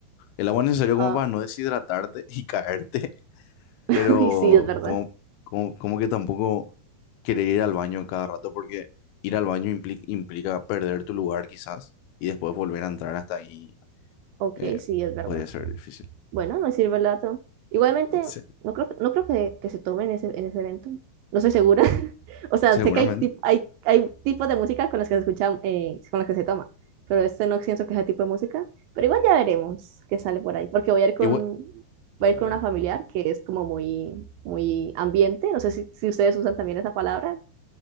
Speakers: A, on the left (about 80°); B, on the right (about 75°).
A: El agua necesaria como
B: Ah,
A: para no deshidratarte y <laughs> caerte,
B: <laughs>
A: pero
B: y sí, es verdad.
A: como, como, como que tampoco querer ir al baño cada rato porque ir al baño impli- implica perder tu lugar quizás y después volver a entrar hasta ahí
B: Ok,
A: eh,
B: sí, es verdad.
A: podría ser difícil.
B: Bueno, no sirve el dato. Igualmente,
A: sí
B: no creo, no creo que, que se tome en ese, en ese evento. No estoy segura. <laughs> O sea,
A: seguramente.
B: sé que hay, tip- hay, hay tipos de música con los que se escucha, eh, con los que se toma, pero este no siento que sea tipo de música. Pero igual ya veremos qué sale por ahí, porque voy a ir con,
A: Igual, Claro,
B: voy a ir con
A: claro.
B: una familiar que es como muy, muy ambiente. No sé si, si ustedes usan también esa palabra,